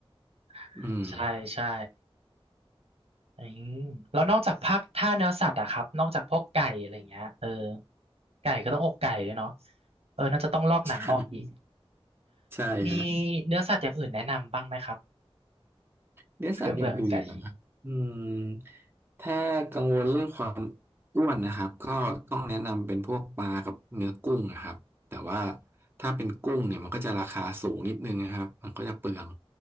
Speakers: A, on the right (about 80°); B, on the right (about 20°).
A: <laughs>
B: อืม
A: ใช่ใช่อืมแล้วนอกจากภาคถ้าเนื้อสัตว์อะครับนอกจากพวกไก่อะไรเงี้ยเออไก่ก็ต้องอกไก่ด้วยเนาะเออน่าจะต้องลอกหนังออกอีก
B: ใช่ใช่ฮะ
A: มีเนื้อสัตว์อย่างอื่นแนะนำบ้างไหมครับ
B: เลี้ยงสัตว์อย่างอื่นนะครับอืม
A: เพื่อเบื่อไก่
B: ถ้ากังวลเรื่องความอ้วนนะครับก็ต้องแนะนำเป็นพวกปลากับเนื้อกุ้งนะครับแต่ว่าถ้าเป็นกุ้งเนี่ยมันก็จะราคาสูงนิดนึงนะครับมันก็จะเปลือง